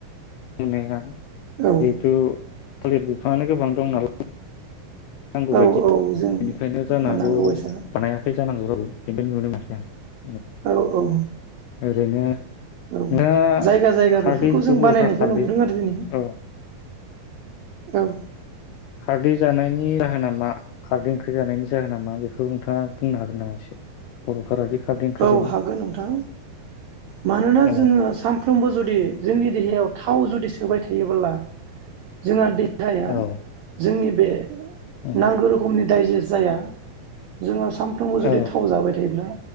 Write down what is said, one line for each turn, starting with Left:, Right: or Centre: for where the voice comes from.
Left: नुनाया जिहेतु
Right: औ
Left: थालिर बिफाङानो गोबां दं नालाय नांगौ
Right: औ
Left: बायदि
Right: औ जों
Left: बेनिखायनो जानो
Right: मोननांगौ
Left: हागौ
Right: बायसा
Left: बानायाखै जानांगौ रावबो <unintelligible>
Right: औ औ
Left: ओरैनो
Right: औ
Left: दा
Right: जायगा जायगा
Left: खारदै
Right: बेफोरखौ
Left: जिथु
Right: जों
Left: बर'फ्रा
Right: बानायनायखौ
Left: खारदै
Right: नुबोदों आरो दिनै
Left: औ
Right: औ
Left: खारदै जानायनि जाहोना मा खारदै ओंख्रि जानायनि जाहोना मा बेखौ नोंथाङा बुंनो हागोन नामा एसे बर'फोरादि खारदै ओंख्रि
Right: औ
Left: जायो
Right: हागोन नोंथां मानोना
Left: औ
Right: जोङो सानफ्रोमबो जुदि जोंनि देहायाव थाव जुदि सोबाय थायोब्ला जोंहा देहाया
Left: औ
Right: जोंनि बे
Left: औ
Right: नांगौ रोखोमनि दाइजेस जाया जोङो सानफ्रोमबो
Left: औ
Right: जुदि थाव जाबाय थायोब्ला